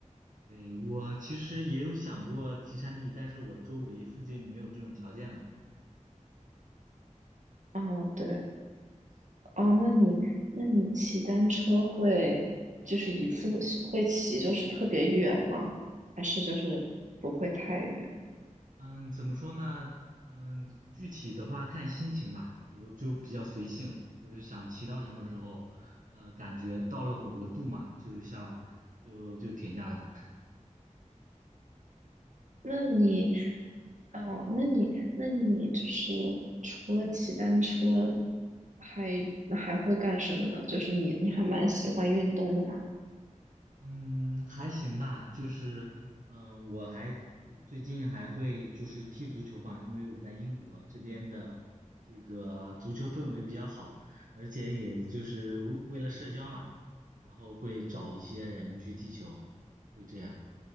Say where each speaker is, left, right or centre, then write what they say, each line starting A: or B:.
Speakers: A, on the right (about 85°); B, on the right (about 70°).
A: 对，我其实也有想过骑山地，但是我周围附近没有这种条件嘛。
B: 啊，对。
A: 对。
B: 哦，那你那你骑单车会就是一次会骑就是特别远吗？还是就是不会太远？
A: 嗯。嗯，怎么说呢？嗯，具体的话看心情吧，就就比较随性，就是想骑到什么时候，呃，感觉到了某个度嘛，就像就就停下来。
B: 那你
A: 对，
B: 哦，那你那你就是除了骑单车还，那还会干什么呢？就是你你还蛮喜欢运动的嘛？
A: 嗯，还行吧，就是嗯，我还最近还会就是踢足球嘛，因为我在英国这边的这个足球氛围比较好，而且也就是为了社交嘛，然后会找一些人去踢球，会这样。